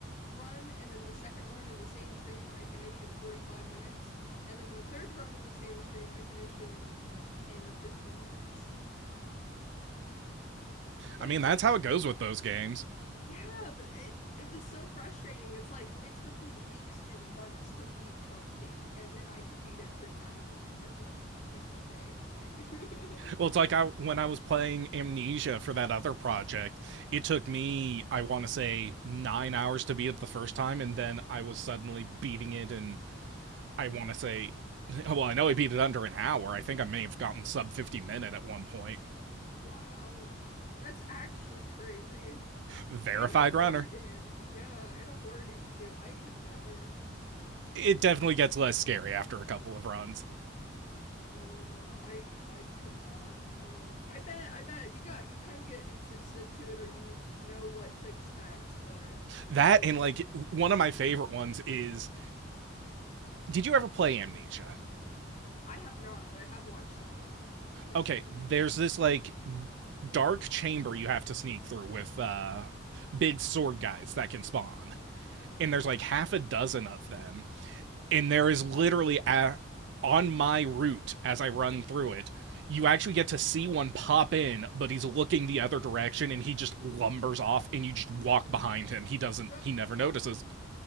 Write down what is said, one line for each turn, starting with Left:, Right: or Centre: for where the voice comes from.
Left: run, and then the second run in the same stream I finished in 45 minutes, and then the third run in the same stream I finished in like 10 or 15 minutes. But
Right: I mean,
Left: it took
Right: that's how it goes
Left: weeks.
Right: with those games.
Left: Yeah, but it it was so frustrating. It's like it took me weeks and months to beat Jump King, and then I could beat it three times in in one in one day. Like <laughs>
Right: Well, it's like I when I was playing Amnesia for that other project, it took me I want to say 9 hours to beat it the first time and then I was suddenly beating it in I want to say <laughs> well, I know I beat it under an hour. I think I may have gotten sub 50 minute at one point.
Left: Wow. That's actually crazy.
Right: Verified
Left: And a horror
Right: runner
Left: game. Yeah, and a horror game too. I could never.
Right: it definitely gets less scary after a couple of runs.
Left: Oh, I I could not. Oh, I bet I bet you got you kind of get insensitive to it or you know what to expect, but
Right: That
Left: oh,
Right: and like one of my favorite ones is did you ever play Amnesia?
Left: I have not, but I have watched some of it, like
Right: Okay,
Left: some of the games.
Right: there's this like dark chamber you have to sneak through with uh, big sword guys that can spawn. And there's like half a dozen of them. And there is literally a, on my route as I run through it, you actually get to see one pop in, but he's looking the other direction and he just lumbers off and you just walk behind him. He doesn't,
Left: Uh,
Right: he never notices.